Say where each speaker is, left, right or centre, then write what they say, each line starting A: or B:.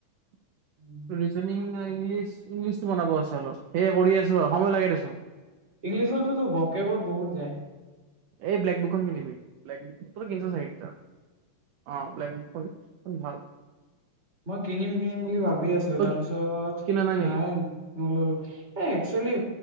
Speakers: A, on the right (about 75°); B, on the right (about 20°).
A: <inaudible>
B: উম।
A: ৰিজনিং ইংলিছ ইংলিছটো বনাব আছে অলপ, সেয়ে কৰি আছো আৰু সময় লাগে দেচোন।
B: ইংলিছতোতো ভকেবত বহুত যায়।
A: এই ব্লেকবুক খন কিনিবি, ব্লেক বুক। তই কিনিছ' চাগে কিতাপ? অ', ব্লেক বুক খন ভাল।
B: মই কিনিম কিনিম বুলি ভাব ভাবি আছো
A: তই
B: তাৰপিছত
A: কিনা নেকি
B: নাই। নল'লো এ, একচুৱেলি